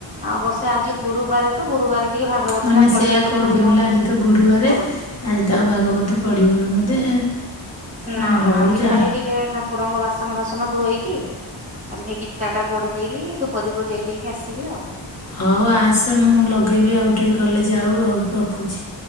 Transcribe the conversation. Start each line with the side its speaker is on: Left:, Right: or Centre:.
Right: ଅବଶ୍ୟ ଆଜି ଗୁରୁବାରେ ତ ଗୁରୁବାରେ ଟିକେ ଭାଗବତ
Left: ମୁଁ ଏଇନା
Right: ଟା ପଢ଼ିବା
Left: ସେଇଆ
Right: କଥା
Left: କହୁଥିଲି
Right: ନୁହଁ
Left: ମୁଁ କହିଲି
Right: ବୋଲି
Left: ଆଜି ତ
Right: ପଢ଼ୁନି।
Left: ଗୁରୁବାରେ ଆଜି ତ ଆଉ ଭାଗବତ ପଢ଼ିବୁନୁ ବୋଧେ? ହଁ
Right: ନା ନା
Left: ହଉ
Right: ଆଜି
Left: ଯା
Right: ଖାଲି ଟିକେ ଠାକୁରଙ୍କ ବାସ ବାସନ ବାସନ ଧୋଇକି ଖାଲି ଟିକେ ଗୀତାଟା ପଢି ଦେଇେଇକି ଧୂପ ଦୀପ ଦେଇ ଦେଇକି ଆସିବି ଆଉ।
Left: ହୋଉ ଆସେ ମୁଁ ଲଗେଇବି ଆଉ ଟିକେ ଗଲେ ଯାଉ ରଖୁଚି।